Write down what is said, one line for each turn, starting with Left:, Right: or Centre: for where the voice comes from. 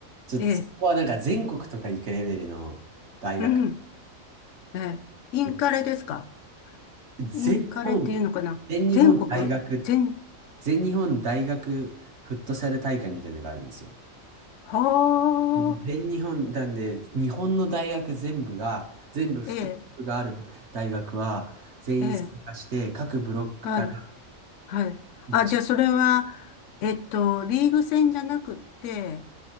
Right: ちょっとそこはなんか全国とか行くレベルの大学。
Left: ええ。うん。ええ。インカレですか
Right: で全日本、
Left: インカレっていうのかな全国全、
Right: 全日本大学、全日本大学フットサル大会みたいなのがあるんですよ。
Left: は
Right: で全日本なんで、
Left: あ、
Right: 日本の大学全部が、全部フットサルがある大学は、
Left: ええ、
Right: 全員参加して、
Left: ええ、
Right: 各ブロックから
Left: はい、はい。
Right: 1
Left: あ、じゃあそれは、えっと、リーグ戦じゃなくって、